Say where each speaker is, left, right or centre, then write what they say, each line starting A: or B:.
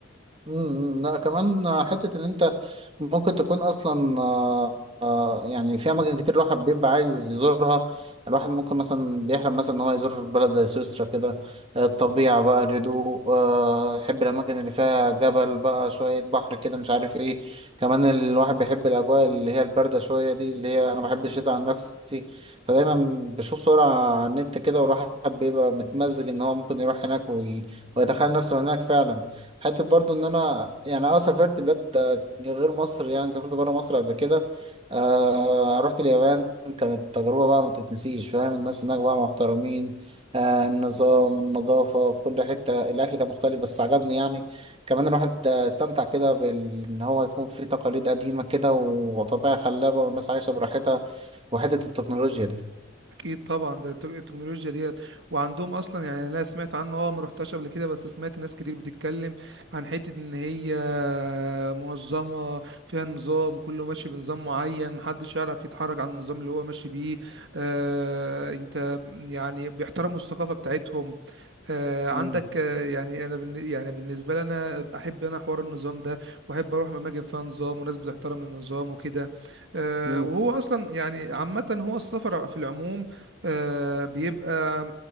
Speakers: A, on the right; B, on the right.
A: امم امم. لا كمان حتة إن أنت ممكن تكون أصلا آه، آه، يعني في أماكن كتير الواحد بيبقى عايز يزورها الواحد ممكن مثلا بيحلم مثلا إن هو يزور بلد زي سويسرا كده آه، الطبيعة بقى الهدوء آه، يحب الأماكن اللي فيها جبل بقى شوية بحر كده مش عارف إيه كمان الواحد بيحب الأجواء اللي هي الباردة شوية دي اللي هي أنا بحب الشتاء عن نفسي فدايما بشوف صورة على النت كده والواحد بيبقى متمزج إن هو ممكن يروح هناك وي- ويتخيل نفسه هناك فعلا حتى برضو ان انا يعني اه سافرت بلاد غير مصر يعني سافرت بره مصر قبل كده آه رحت اليابان كانت تجربة بقى ما تتنسيش فاهم الناس هناك بقى محترمين آه النظام النظافة في كل حتة الأكل كان مختلف بس عجبني يعني كمان الواحد آه، استمتع كده بال- إن هو يكون في تقاليد قديمة كده وطبيعة خلابة والناس عايشة براحتها وحتة التكنولوجيا دي
B: اكيد طبعا ده التك- التكنولوجيا ديت وعندهم اصلا يعني لا سمعت عنه اه ما رحتش قبل كده بس سمعت ناس كتير بتتكلم عن حته ان هي منظمه فيها نظام كله ماشي بنظام معين محدش يعرف يتحرك عن النظام اللي هو ماشي بيه آه انت يعني بيحترموا الثقافه بتاعتهم آه، عندك
A: مم،
B: آه، يعني انا بالن- يعني بالنسبه لي انا احب انا حوار النظام ده واحب اروح اماكن فيها نظام وناس بتحترم النظام وكده آه،
A: مم،
B: وهو اصلا يعني عامه هو السفر في العموم آه، بيبقى